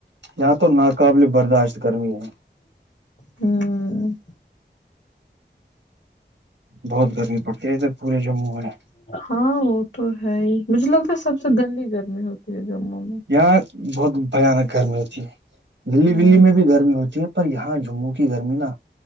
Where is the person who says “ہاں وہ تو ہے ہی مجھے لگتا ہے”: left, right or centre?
Left